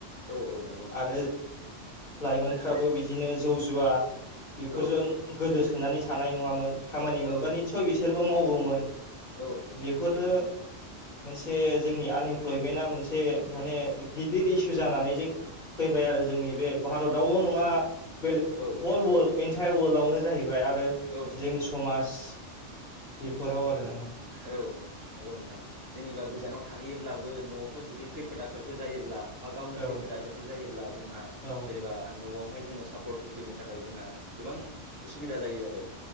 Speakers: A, on the right; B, on the left.
A: औ नंगौ नोंथां
B: आरो लाइमोनफ्राबो
A: औ
B: बिदिनो जौ जुवा बेफोरजों
A: औ
B: गोदोसोनानै थानाय नङामोन। खामानि
A: औ
B: मोनबा निसय बिसोरबो मावौमोन।
A: औ नंगौ नोंथां
B: बेफोरो मोनसे जोंनि आनइमप्लयमेन्टआ मोनसे माने गिदिर इसु जानानै जों फैबाय आरो जोंनि बे भारतावल' नङा बे
A: औ
B: अल वल्ड एन्टाय वल्डआवनो जाहैबाय आरो
A: औ नंगौ
B: जोंनि
A: नंगौ
B: समाज बेफोराव आरो
A: औ नंगौ नोंथां जेनेबा गोजानाव थाहैयोब्लाबो न'आवफोर जुदि खैफोद आफोदफोर जायोब्ला बा गावनो
B: औ
A: खैफोद आफोदफोर जायोब्ला जोंहा
B: औ
A: जेनेबा न'आव हाय जोंनो सापर्ट होफैनो थाखाय जोंहा गोबां असुबिदा जायो आरो